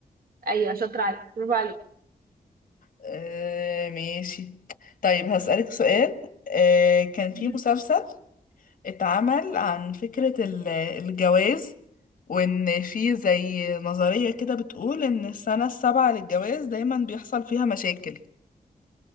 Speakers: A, on the right; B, on the left.
A: ايوه شاطرة عليك برافو عليك
B: آه ماشي طيب هسألك سؤال آه كان في
A: مم.
B: مسلسل اتعمل عن فكرة ال- الجواز وإن في زي نظرية كده بتقول إن السنة السابعة للجواز دايما بيحصل فيها مشاكل